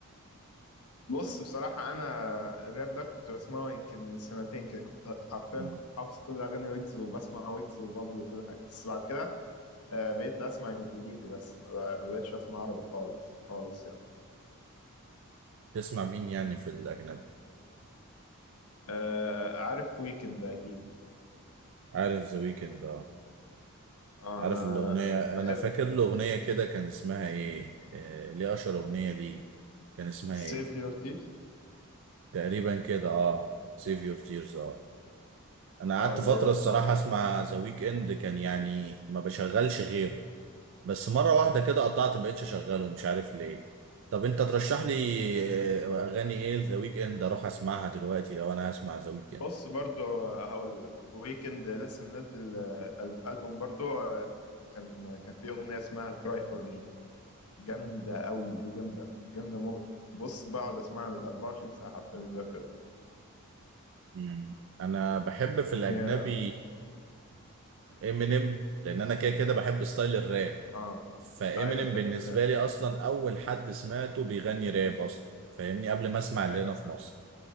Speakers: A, on the left; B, on the right.
A: بص بصراحة أنا الراب ده كنت بسمعه يمكن من سنتين كده كنت حرفيا
B: مم.
A: كنت حافظ كل أغاني ويجز وبسمع ويجز وبابلو وكل حاجة بس بعد كده آه، بقيت أسمع إنجليزي بس ما ما بقتش أسمع عربي خالص خالص يعني
B: تسمع مين يعني في الاجنبي
A: آه، عارف ويكند أكيد
B: عارف ذا ويكند
A: آه،
B: عارف
A: أنا
B: الأغنية
A: بحب
B: أنا فاكر الأغنية كده كان اسمها إيه آه، ليه أشهر أغنية ليه كان اسمها
A: سيف
B: إيه
A: Your Tears
B: تقريبا كده أه سيف يور تيرز أه أنا
A: اه
B: قعدت
A: اللي
B: فترة
A: هي بتاعت
B: الصراحة أسمع ذا ويك إند كان يعني ما بشغلش غيره بس مرة واحدة كده قطعت مبقتش أشغله مش عارف ليه طب أنت ترشح لي آه، أغاني إيه ذا ويك إند أروح أسمعها دلوقتي لو أنا هسمع ذا ويك إند
A: بص برضو هقول لك ويكند لسه منزل آه، ألبوم برضو آه، كان كان فيه أغنية اسمها Cry For Me جامدة أوي دي جامدة جامدة موت بص بقعد أسمعها ال 24 ساعة حتى مش بقفلها
B: مم. أنا بحب في الأجنبي
A: أغنية
B: إمينيم لأن أنا كده كده بحب ستايل الراب
A: آه
B: فامينيم
A: أيوه تحب
B: بالنسبه
A: الراب
B: لي اصلا اول حد سمعته بيغني راب اصلا فاهمني قبل ما اسمع اللي
A: أيوه
B: هنا
A: فاهم
B: في مصر